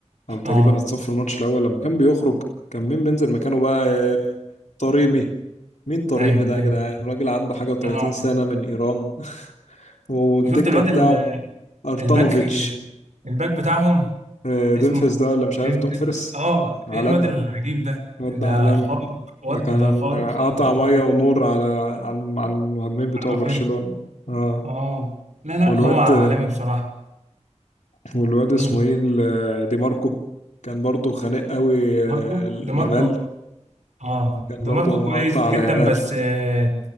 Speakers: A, on the left; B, on the right.
A: أو تقريبا
B: اه
A: اتصاب في الماتش الأول لما كان بيخرج كان مين بينزل مكانه بقى آه، طريمي مين طريمي
B: ايوه
A: ده يا
B: ايوه
A: جدعان راجل عنده حاجة و30
B: انا
A: سنة من إيران <laughs> والدكة
B: وشفت الواد
A: بتاعه
B: ال-
A: أرتانوفيتش
B: الباك الباك بتاعهم
A: آه، دومفريس
B: اسمه
A: ده ولا مش عارف
B: ديمفريز
A: دومفريس
B: اه
A: عالمي
B: ايه الواد العجيب ده
A: الواد
B: ده
A: ده عالمي
B: خارق واد
A: ده كان
B: ده خارق خارق
A: قطع مية
B: خارق
A: ونور على على الم- على المهاجمين بتوع
B: عارفين
A: برشلونة اه
B: اه لا لا
A: والواد
B: هو عالمي بصراحة
A: والواد
B: مين
A: اسمه ايه ال- دي ماركو كان برضه خانق قوي آه،
B: ماركو
A: يامال
B: ده ماركو اه
A: كان
B: ده
A: برضه
B: ماركو كويس
A: مقطع على
B: جدا
A: يامال
B: بس آه،